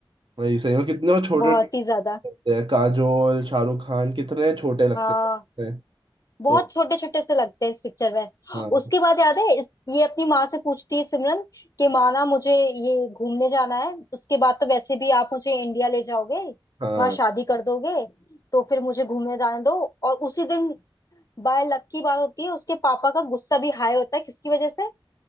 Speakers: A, on the right; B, on the left.
A: वही सही में कितने वो छोटे
B: बहुत
A: लगते
B: ही ज्यादा
A: हैं काजोल शाहरुख खान कितने छोटे लगते
B: हाँ
A: हैं
B: बहुत
A: तो
B: छोटे छोटे से लगते हैं इस पिक्चर में
A: हाँ
B: उसके बाद याद है इस, ये अपनी माँ से पूछती है सिमरन कि माँ ना मुझे ये घूमने जाना है उसके बाद तो वैसे भी आप मुझे इंडिया ले जाओगे
A: हाँ
B: वहां शादी कर दोगे तो फिर मुझे घूमने जाने दो और उसी दिन बाय लक की बात होती है उसके पापा का गुस्सा भी हाई होता है किसकी वजह से